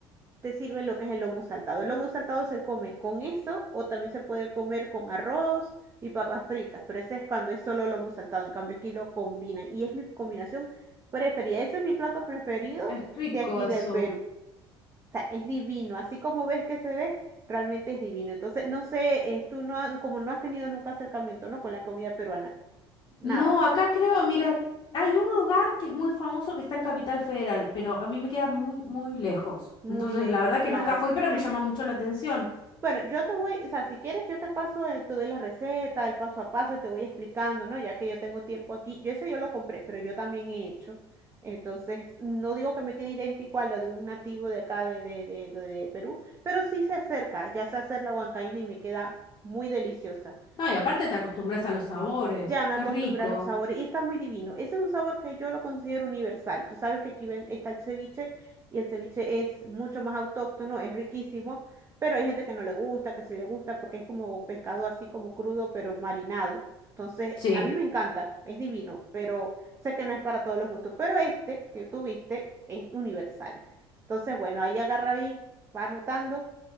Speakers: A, on the right; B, on the left.
A: te sirve lo que es el lomo saltado. El lomo saltado se come con eso o también se puede comer con arroz y papas fritas, pero ese es cuando es solo lomo saltado. En cambio, aquí lo combinan y es mi combinación preferida. Ese es mi plato preferido
B: es rico
A: de aquí
B: eso.
A: del Perú. O sea, es divino. Así como ves que se ve, realmente es divino. Entonces, no sé, eh, tú no, ha- como no has tenido nunca acercamiento, ¿no? Con la comida peruana. Nada.
B: No, acá creo, mira, hay un lugar que es muy famoso que está en Capital Federal, pero a mí me queda muy, muy lejos.
A: Muy
B: Entonces,
A: lejos,
B: la verdad
A: claro.
B: que nunca fui, pero me llama mucho la atención.
A: Bueno, yo te voy, o sea, si quieres, yo te paso, el- te doy la receta, el paso a paso y te voy explicando, ¿no? Ya que yo tengo tiempo aquí. Yo eso yo lo compré, pero yo también he hecho. Entonces, no digo que me quede idéntico a lo de un nativo de acá de, de, de, de- de Perú, pero sí se acerca, ya sé hacer la huancaína y me queda muy deliciosa.
B: No, y aparte te acostumbras a los sabores.
A: Ya me
B: Qué
A: acostumbré
B: rico.
A: a los sabores y está muy divino. Ese es un sabor que yo lo considero universal. Tú sabes que aquí ven, está el ceviche y el ceviche es mucho más autóctono, es riquísimo, pero hay gente que no le gusta, que sí le gusta porque es como pescado así como crudo, pero marinado. Entonces,
B: Sí,
A: a mí me encanta, es divino, pero sé que no es para todos los gustos. Pero este que tuviste es universal. Entonces, bueno, ahí agarra y va anotando,